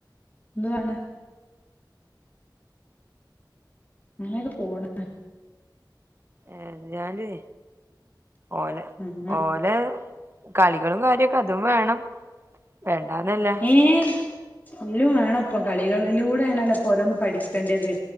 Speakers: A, on the left; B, on the right.
A: എന്തുവാണ് ഇങ്ങനെക്കെ പോണ്.
B: ഏ ഞാല് ഓല
A: ഉം
B: ഓല് കളികളും കാര്യൊക്കെ അതും വേണം. വേണ്ടന്നല്ല
A: ഏഹ് എല്ലും വേണപ്പം കളികളിലൂടെ ആണല്ലോ ഇപ്പോ ഒരോന്നും പഠിക്കേണ്ടത്